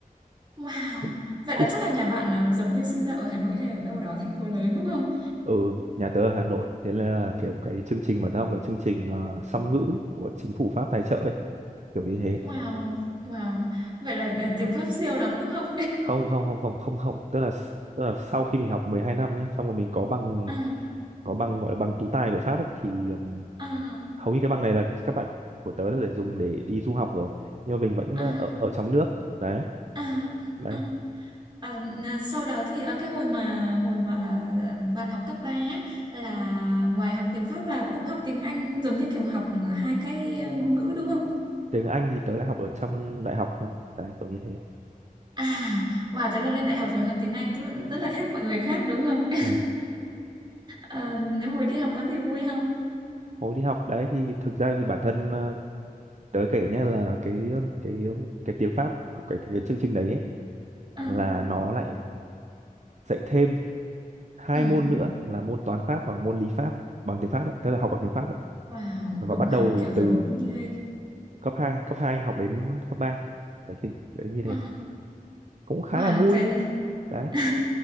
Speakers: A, on the right (about 30°); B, on the right (about 55°).
A: Wow,
B: <laughs>
A: vậy là
B: cũng
A: chắc là nhà bạn à, giống như sinh ra ở Hà Nội hay ở đâu đó thành phố lớn đúng không?
B: ừ, nhà tớ ở Hà Nội, thế là kiểu cái chương trình mà tớ học là chương trình à, song ngữ của chính phủ Pháp tài trợ ấy, kiểu như thế.
A: Wow, wow, vậy là à, tiếng Pháp siêu lắm đúng không?
B: không không không không không không tức là tức là sau khi mình học 12 năm nhé xong rồi mình có bằng
A: <laughs> à,
B: có bằng gọi là bằng tú tài của Pháp ấy thì ừm,
A: à,
B: hầu như cái bằng này là các bạn của tớ là để dùng để đi du học rồi nhưng mà mình vẫn
A: à,
B: ờ, ở, ở trong nước đấy
A: à,
B: đấy
A: à. À, n- sau đó thì à, cái hồi mà hồi mà bạn học cấp 3 á, là ngoài học tiếng Pháp là cũng học tiếng Anh giống như kiểu học à, hai cái à, ngôn ngữ đúng không?
B: tiếng Anh thì tớ lại học ở trong đại học thôi đấy kiểu như thế
A: À, wow, thế là lên đại học thì học tiếng Anh tức là rất là khác mọi người khác đúng không? <laughs>
B: ừ.
A: À, hồi đi học có gì vui không?
B: hồi đi học đấy thì thực ra thì bản thân ờ, tớ kể nhé là cái cái cái tiếng Pháp của cái, cái, cái chương trình đấy ấy,
A: Ừ,
B: là nó lại dạy thêm hai
A: ừ.
B: môn nữa là môn toán Pháp và môn lý Pháp bằng tiếng Pháp đấy, tức là học bằng tiếng Pháp ấy
A: Wow,
B: và
A: đúng
B: bắt đầu
A: học kiểu giống
B: từ
A: như
B: cấp hai cấp hai học đến cấp ba Đấy, thì, đấy như thế
A: Ờ,
B: cũng khá
A: Wow,
B: là vui.
A: thế
B: Đấy,
A: <laughs>